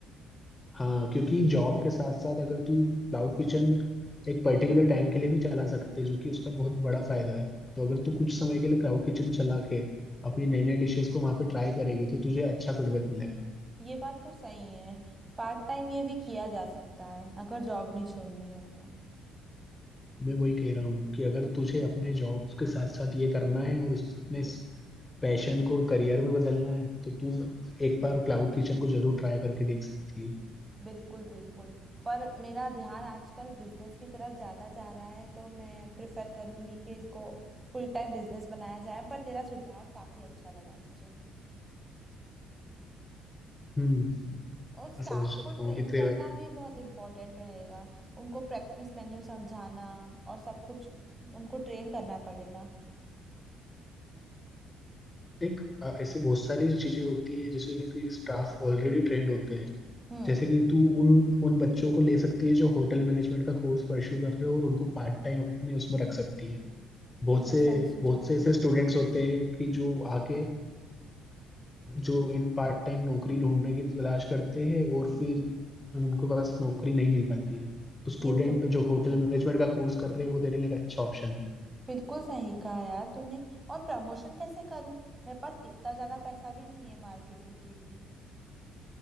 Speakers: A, on the left; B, on the right.
A: हाँ क्योंकि जॉब के साथ साथ अगर तू क्लाउड किचन एक पर्टिकुलर टाइम के लिए भी चला सकते है जो कि उसका बहुत बड़ा फायदा है तो अगर तू कुछ समय के लिए क्लाउड किचन चला के अपनी नई नई डिशेस को वहां पे ट्राई करेगी तो तुझे अच्छा फीडबैक मिलेगा
B: ये बात तो सही है पार्ट टाइम ये भी किया जा सकता है अगर जॉब नहीं छोड़नी हो तो।
A: मैं वही कह रहा हूँ कि अगर तुझे अपने जॉब के साथ साथ ये करना है और इस, अपने पैशन को करियर में बदलना है तो तू एक बार क्लाउड किचन को जरूर ट्राई करके देख सकती है
B: बिल्कुल बिल्कुल पर मेरा ध्यान आजकल बिजनेस की तरफ ज्यादा जा रहा है तो मैं प्रेफर करूंगी कि इसको फुल टाइम बिजनेस बनाया जाए पर तेरा सुझाव काफी अच्छा लगा मुझे
A: हम्म
B: और स्टाफ
A: मैं समझ सकता
B: को ट्रेन
A: हूँ कि तेरा
B: करना भी बहुत इम्पोर्टेंट रहेगा उनको प्रैक्टिस मेन्यू समझाना और सब कुछ उनको ट्रेन करना पड़ेगा
A: देख अ, ऐसे बहुत सारी चीजें होती है जैसे कि स्टाफ ऑलरेडी ट्रेंड होते हैं
B: हम्म
A: जैसे कि तू उन उन बच्चों को ले सकती है जो होटल मैनेजमेंट का कोर्स परस्यू कर रहे हो और उनको पार्ट टाइम अपने उसमें रख सकती है बहुत
B: ये तो
A: से
B: सही सुझाव
A: बहुत से ऐसे
B: है
A: स्टूडेंट्स होते हैं कि जो आके अ, जो इन पार्ट टाइम नौकरी ढूंढने की तलाश करते हैं और फिर उनके पास नौकरी नहीं मिल पाती है तो स्टूडेंट
B: ये तो
A: जो होटल मैनेजमेंट का कोर्स कर रहे हैं वो तेरे लिए एक अच्छा ऑप्शन है
B: बिल्कुल सही कहा यार तूने और प्रमोशन कैसे करूं मेरे पास इतना ज्यादा पैसा भी नहीं है मार्केटिंग के लिए